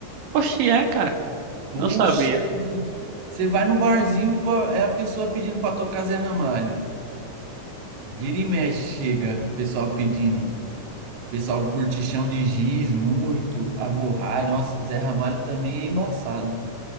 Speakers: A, on the right; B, on the right.
A: Oxi, é, cara.
B: Oxe,
A: Não sabia.
B: cê é doido. você vai no barzinho, pô, é a pessoa pedindo para tocar Zé Ramalho. Vira e mexe, chega, o pessoal pedindo. O Pessoal curte Chão de Giz muito, Avorrai, nossa, Zé Ramalho também é embaçado.